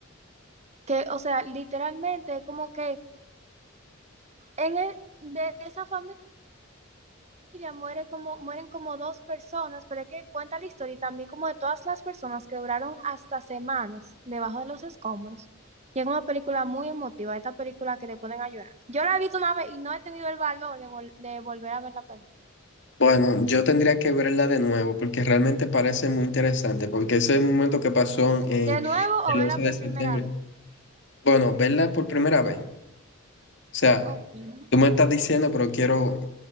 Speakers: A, on the right; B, on the left.
A: que, o sea, literalmente como que en el, de esa familia muere como, mueren como dos personas, pero es que cuenta la historia y también como de todas las personas que duraron hasta semanas debajo de los escombros. Y es una película muy emotiva, esta película que te ponen a llorar. Yo la he visto una vez y no he tenido el valor de, vol de volver a ver la película.
B: Bueno, yo tendría que verla de nuevo porque realmente parece muy interesante, porque ese momento que pasó en
A: De nuevo
B: el
A: o verla
B: 11 de
A: por
B: septiembre,
A: primera vez.
B: bueno, verla por primera vez. O sea,
A: Okay.
B: tú me estás diciendo, pero quiero,